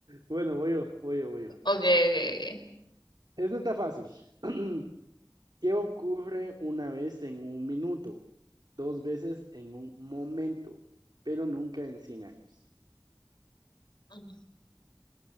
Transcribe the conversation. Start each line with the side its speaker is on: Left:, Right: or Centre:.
Right: Bueno, voy yo, voy yo, voy yo.
Left: Okay,
Right: Eso está fácil. <clears throat> ¿Qué ocurre una vez en un minuto? Dos veces en un momento, pero nunca en 100 años.
Left: ok, ok.